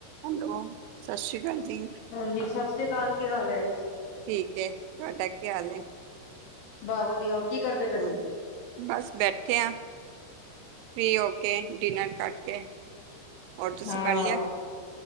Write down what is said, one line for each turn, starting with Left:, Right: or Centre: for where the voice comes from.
Right: Hello, ਸਤਿ ਸ਼੍ਰੀ ਅਕਾਲ ਜੀ।
Left: ਹਾਂਜੀ, ਸਤਿ ਸ੍ਰੀ ਅਕਾਲ, ਕੀ ਹਾਲ ਹੈ?
Right: ਠੀਕ ਏ। ਤੂਹਾਡਾ ਕੀ ਹਾਲ ਹੈ?
Left: ਬਾਹ ਵਧੀਆ ਕੀ ਕਰਦੇ ਪਏ
Right: ਹਾਂ,
Left: ਸੀ?
Right: ਬਸ ਬੈਠੇ ਆ, ਫ੍ਰੀ ਹੋ ਕੇ, ਡਿਨਰ ਕਰਕੇ। ਹੋਰ ਤੁਸੀਂ
Left: ਹਾਂ,
Right: ਕਰ ਲਿਆ?